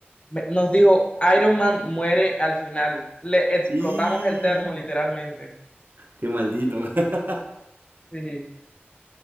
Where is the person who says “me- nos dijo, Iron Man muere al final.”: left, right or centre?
Left